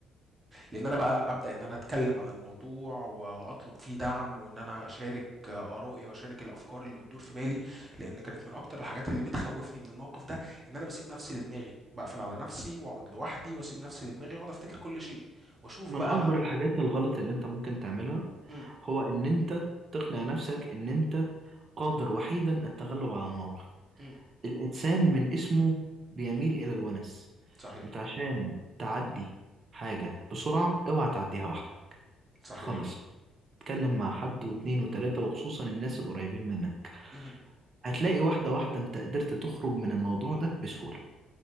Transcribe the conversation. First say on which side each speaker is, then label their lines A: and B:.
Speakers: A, on the right; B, on the right.
A: لان انا بقى ابدا ان انا اتكلم عن الموضوع واطلب فيه دعم وان انا اشارك ارائي واشارك الافكار اللي بتدور في بالي لان كانت من اكتر الحاجات اللي بتخوفني من الموقف ده ان انا بسيب نفسي لدماغي بقفل على نفسي واقعد لوحدي واسيب نفسي لدماغي واقعد افتكر كل شيء واشوف
B: من
A: بقى
B: اكبر الحاجات الغلط اللي انت ممكن تعملها
A: امم
B: هو ان انت تقنع نفسك ان انت قادر وحيدا التغلب على الموقف
A: امم
B: الانسان من اسمه بيميل الى الونس
A: صحيح
B: انت عشان تعدي حاجة بسرعة اوعى تعديها واحدة
A: صحيح
B: خالص اتكلم مع حد واتنين وتلاتة وخصوصا الناس القريبين منك
A: امم
B: هتلاقي واحدة واحدة انت قدرت تخرج من الموضوع ده بسهولة